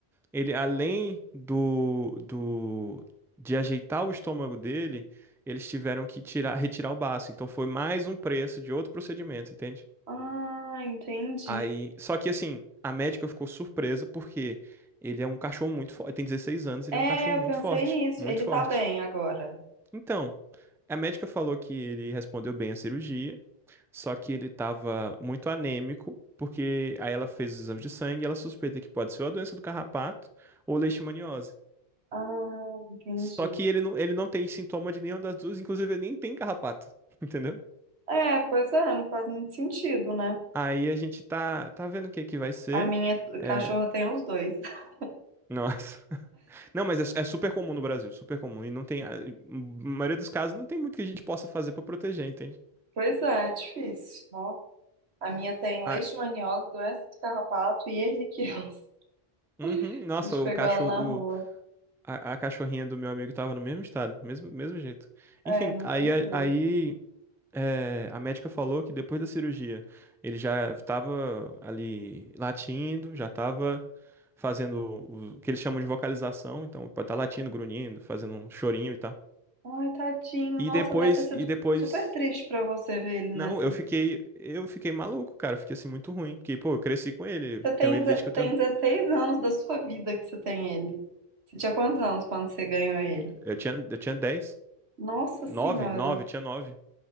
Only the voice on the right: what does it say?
Ah, entendi.
É,
eu pensei
nisso.
Ele
tá bem agora.
Ah, entendi.
É, pois é, não faz muito sentido, né?
A minha
cachorra tem os dois. <laughs>
Pois é, é difícil. Ó, a minha tem
leishmaniose, doença de carrapato e erliquiose.
<laughs>
A gente
pegou
ela na rua.
É, e não
tem cura.
Ai, tadinho.
Nossa,
deve ter sido
super triste pra você ver ele
nessa.
Você tem,
deze-
tem 16 anos da sua vida que você tem ele. Você tinha quantos anos quando você ganhou ele?
Nossa Senhora.